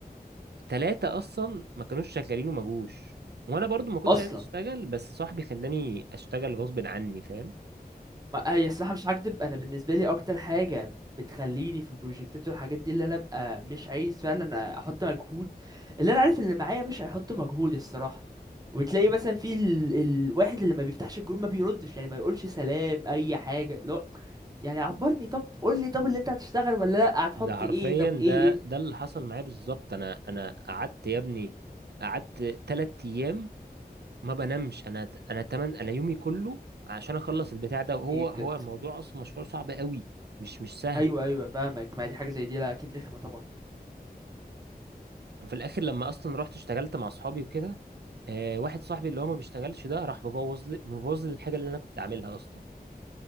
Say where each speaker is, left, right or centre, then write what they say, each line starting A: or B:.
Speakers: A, on the right; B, on the right.
A: تلاتة اصلا ما كانوش شغالين وما جوش وانا برضو ما كنتش
B: اصلا
A: عايز اشتغل بس صاحبي خلاني اشتغل غصب عني فاهم
B: ما هي الصراحة مش هكدب أنا بالنسبة لي أكتر حاجة بتخليني في البروجكتات والحاجات دي اللي أنا أبقى مش عايز فعلا أحط مجهود اللي أنا عارف اللي معايا مش هيحط مجهود الصراحة وتلاقي مثلا في ال... الواحد اللي ما بيفتحش الجروب ما بيردش يعني ما يقولش سلام أي حاجة لا يعني عبرني طب قول لي طب اللي أنت هتشتغل ولا لأ هتحط
A: ده حرفيا
B: إيه طب إيه
A: ده
B: إيه
A: ده اللي حصل معايا بالظبط انا انا قعدت يا ابني قعدت تلات ايام ما بنامش انا انا تمن انا يومي كله عشان اخلص البتاع ده وهو
B: ايه بجد
A: هو الموضوع اصلا مشروع صعب قوي مش مش سهل
B: أيوه أيوه فاهمك ما دي حاجة زي دي لا أكيد رخمة طبعا
A: وفي الاخر لما اصلا رحت اشتغلت مع اصحابي وكده آه واحد صاحبي اللي هو ما بيشتغلش ده راح مبوظ لي مبوظ لي الحاجه اللي انا كنت عاملها اصلا